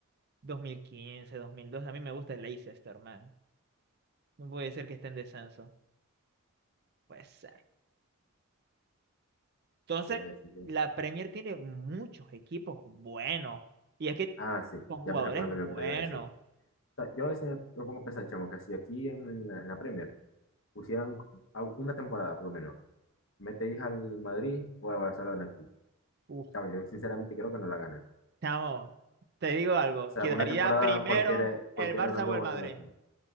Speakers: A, on the right; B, on the left.
A: Dos dos mil quince, dos mil doce. A mí me gusta el Leicester, man. No puede ser que esté en descenso. Puede ser. Entonces,
B: ¿Qué iba a decir yo?
A: la Premier tiene muchos equipos buenos. Y es que
B: Ah, sí,
A: con jugadores
B: ya me recuerdo
A: buenos.
B: lo que te iba a decir. O sea, yo a veces me pongo a pensar, chamo, que si aquí en la, en la Premier pusieran a- una temporada por lo menos, metéis al Madrid o al Barcelona aquí.
A: Uf,
B: Chamo, yo sinceramente creo que no la ganan.
A: chamo, te digo algo.
B: O sea,
A: Quedaría
B: una temporada
A: primero
B: cualquiera, cualquiera
A: el Barça
B: de los dos
A: o el
B: jugando
A: Madrid.
B: en la Premier.